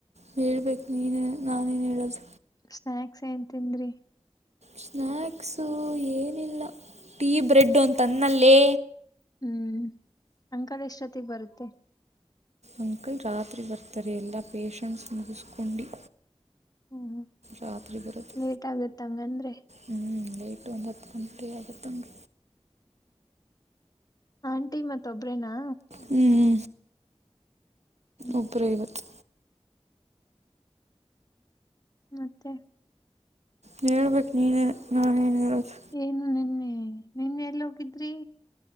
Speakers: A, on the right (about 85°); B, on the left (about 35°).
A: ಹೇಳ್ಬೇಕು ನೀನೆ ನಾನೇನ್ ಹೇಳೋದು.
B: ಸ್ನಾಕ್ಸ್ ಏನ್ ತಿಂದ್ರಿ.
A: ಸ್ನ್ಯಾಕ್ಸು ಏನಿಲ್ಲ ಟೀ ಬ್ರೆಡ್ ಅಂತ ಅಂದ್ನಲ್ಲೇ.
B: ಹ್ಮ್ ಅಂಕಲ್ ಎಷ್ಟೊತ್ತಿಗ್ ಬರುತ್ತೆ.
A: ಅಂಕಲ್ ರಾತ್ರಿ ಬರ್ತಾರೆ ಎಲ್ಲಾ ಪೆಷಂಟ್ಸ್ ಮುಗಿಸ್ಕೊಂಡು.
B: ಹ್ಮ್
A: ರಾತ್ರಿ ಬರೊದು.
B: ಲೇಟ್ ಆಗುತ್ತೆ ಹಂಗಂದ್ರೆ
A: ಹ್ಞೂ ಲೇಟು ಒಂದು ಹತ್ತು ಗಂಟೆ ಆಗತ್ ರೀ.
B: ಆಂಟಿ ಮತ್ ಒಬ್ರೇನಾ.
A: ಹ್ಞ
B: ಹ್ಮ್
A: ಒಬ್ರೆ ಇವತ್ತು.
B: ಮತ್ತೆ.
A: ಹೇಳ್ಬೇಕು ನೀನೇ ನಾ ಎನ್ ಹೇಳದೊ.
B: ಏನು ನಿನ್ನೆ ನಿನ್ನೆ ಎಲ್ಲಿ ಹೋಗಿದ್ರಿ.